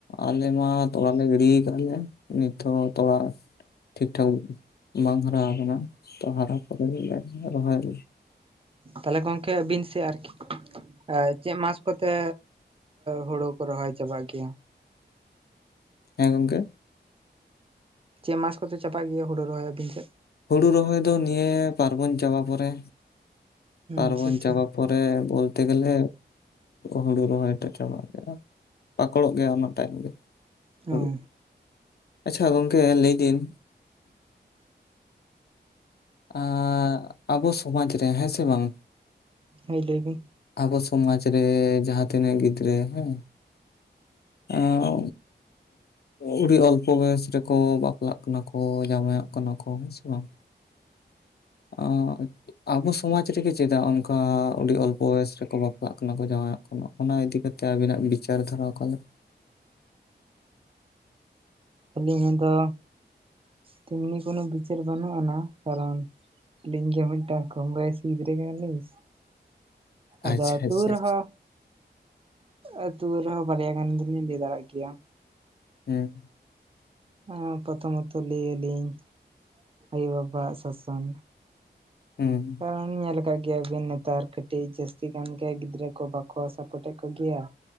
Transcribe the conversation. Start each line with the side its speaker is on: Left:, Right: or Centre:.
Left: ᱟᱞᱮ ᱢᱟ ᱛᱚᱲᱟ ᱞᱮ ᱜᱤᱲᱤ ᱠᱟᱞᱮ ᱱᱤᱛᱦᱚᱸ ᱛᱚᱲᱟ ᱴᱷᱤᱠ ᱴᱷᱟᱠ ᱵᱟᱝ ᱦᱟᱨᱟ ᱠᱟᱱᱟ ᱛᱚ ᱦᱟᱨᱟ ᱯᱚᱨᱮ ᱜᱮ <unintelligible> ᱨᱚᱦᱚᱭᱟᱞ
Right: ᱛᱟᱦᱞᱮ ᱜᱚᱝᱠᱮ ᱟᱹᱵᱤᱱ ᱥᱮ ᱟᱨᱠᱤ ᱮ ᱪᱮᱫ ᱢᱟᱥ ᱠᱚᱛᱮ ᱦᱳᱲᱳ ᱠᱚ ᱨᱚᱦᱚᱭ ᱪᱟᱵᱟᱜ ᱜᱮᱭᱟ?
Left: ᱦᱮᱸ ᱜᱚᱝᱠᱮ
Right: ᱪᱮᱫ ᱢᱟᱥ ᱠᱚᱛᱮ ᱪᱟᱵᱟᱜ ᱜᱮᱭᱟ ᱦᱳᱲᱳ ᱨᱚᱦᱚᱭ ᱟᱹᱵᱤᱱ ᱥᱮᱫ?
Left: ᱦᱩᱲᱩ ᱨᱚᱦᱚᱭ ᱫᱚ ᱱᱤᱭᱟᱹ ᱯᱟᱨᱵᱚᱱ ᱪᱟᱵᱟ ᱯᱚᱨᱮ ᱯᱟᱨᱵᱚᱱ
Right: ᱟᱪᱪᱷᱟ ᱟᱪᱪᱷᱟ
Left: ᱪᱟᱵᱟ ᱯᱚᱨᱮ ᱵᱚᱞᱛᱮ ᱜᱮᱞᱮ ᱦᱩᱲᱩ ᱨᱚᱦᱚᱭ ᱴᱟ ᱪᱟᱵᱟᱜ ᱜᱮᱭᱟ ᱯᱟᱠᱚᱲᱚᱜ ᱜᱮᱭᱟ ᱚᱱᱟ ᱛᱟᱭᱱᱚᱢ ᱜᱮ
Right: ᱦᱮᱸ
Left: ᱦᱩᱲᱩ, ᱟᱪᱪᱷᱟ ᱜᱚᱝᱠᱮ ᱞᱟᱹᱭᱫᱤᱧ ᱟᱸ ᱟᱵᱚ ᱥᱚᱢᱟᱡ ᱨᱮ ᱦᱮᱸ ᱥᱮ ᱵᱟᱝ
Right: ᱦᱳᱭ ᱞᱟᱹᱭ ᱵᱤᱱ
Left: ᱟᱵᱚ ᱥᱚᱢᱟᱡᱽ ᱨᱮ ᱡᱟᱦᱟᱸ ᱛᱤᱱᱟᱹᱜ ᱜᱤᱫᱽᱨᱟᱹ ᱦᱮᱸ <unintelligible> <unintelligible> ᱟᱹᱰᱤ ᱚᱞᱯᱚ ᱵᱚᱭᱚᱥ ᱨᱮᱠᱚ ᱵᱟᱯᱞᱟᱜ ᱠᱟᱱᱟ ᱠᱚ ᱡᱟᱢᱟᱭᱚᱜ ᱠᱟᱱᱟ ᱠᱚ ᱦᱮᱸ ᱥᱮ ᱵᱟᱝ ᱟ ᱟᱵᱚ ᱥᱚᱢᱟᱡᱽ ᱨᱮᱜᱮ ᱪᱮᱫᱟᱜ ᱚᱱᱠᱟ ᱟᱰᱤ ᱚᱞᱯᱚ ᱵᱚᱭᱚᱥ ᱨᱮᱠᱚ ᱵᱟᱯᱞᱟᱜ ᱠᱟᱱᱟ ᱠᱚ ᱡᱟᱣᱟᱭᱟᱜ <unintelligible> ᱚᱱᱟ ᱤᱫᱤ ᱠᱟᱛᱮ ᱟᱹᱵᱤᱱᱟᱜ ᱵᱤᱪᱟᱨ ᱫᱷᱟᱨᱟ ᱚᱠᱟ ᱞᱮᱠᱟ
Right: ᱟᱹᱞᱤᱧ ᱫᱚ ᱛᱮᱢᱱᱤ ᱠᱳᱱᱳ ᱵᱤᱪᱟᱹᱨ ᱵᱟᱹᱱᱩᱜ ᱟᱱᱟ ᱠᱟᱨᱚᱱ ᱟᱹᱞᱤᱝ ᱜᱮ ᱢᱤᱫᱴᱟᱱᱝ ᱠᱚᱢᱵᱚᱭᱥᱤ ᱜᱤᱫᱨᱟᱹ ᱠᱟᱱᱟ ᱞᱤᱧ ᱟᱫᱚ
Left: ᱟᱪᱪᱷᱟ
Right: ᱛᱟᱣ
Left: ᱟᱪᱪᱷᱟ
Right: ᱨᱮᱦᱚᱸ
Left: ᱟᱪᱪᱷᱟ
Right: ᱟᱹᱛᱩ ᱨᱮᱦᱚᱸ ᱵᱟᱨᱭᱟ ᱜᱟᱱ ᱫᱚᱞᱤᱧ ᱞᱟᱹᱭ ᱫᱟᱲᱮᱭᱟᱜ ᱜᱮᱭᱟ
Left: <unintelligible>
Right: ᱦᱮᱸ ᱯᱨᱚᱛᱷᱚᱢᱚᱛᱚ ᱞᱟᱹᱭᱟᱞᱤᱧ ᱟᱭᱳ ᱵᱟᱵᱟ ᱟᱜ ᱥᱟᱥᱟᱱ
Left: <unintelligible>
Right: ᱠᱟᱨᱚᱱ ᱧᱮᱞ ᱠᱟᱜ ᱜᱮᱭᱟᱵᱤᱱ ᱱᱮᱛᱟᱨ ᱠᱟᱹᱴᱤᱡ ᱡᱟᱹᱥ <unintelligible> ᱜᱟᱱ ᱜᱮ ᱜᱤᱫᱽᱨᱟᱹ ᱠᱚ ᱵᱟᱠᱚ ᱥᱟᱯᱳᱴᱮᱜ ᱠᱚᱜᱮᱭᱟ